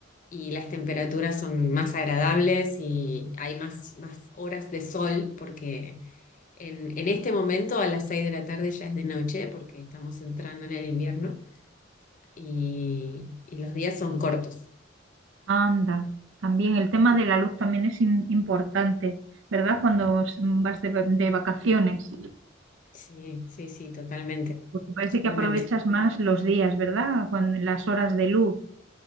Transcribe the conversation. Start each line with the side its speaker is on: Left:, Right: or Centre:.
Left: y las temperaturas son más agradables y hay más, más horas de sol porque en, en este momento a las 6 de la tarde ya es de noche porque estamos entrando en el invierno y, y los días son cortos.
Right: Anda, también el tema de la luz también es im- importante, ¿verdad? Cuando s- vas de, va- de vacaciones,
Left: Sí, sí, sí, totalmente,
Right: porque parece
Left: totalmente.
Right: que aprovechas más los días, ¿verdad? Cuando, las horas de luz.